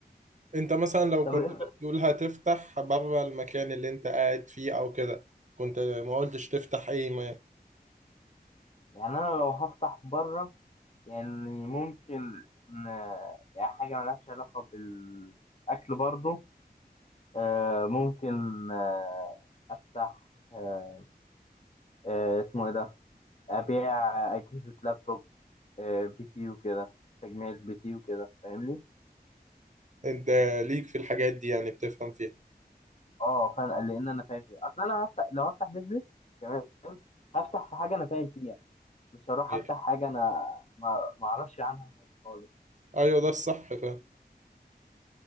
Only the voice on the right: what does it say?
انت مثلا لو
كنت
بتقول هتفتح بره المكان اللي انت قاعد فيه او كده كنت ما قلتش تفتح ايه ما
انت ليك في الحاجات دي يعني بتفهم فيها
ايوه
ايوه ده الصح فاهم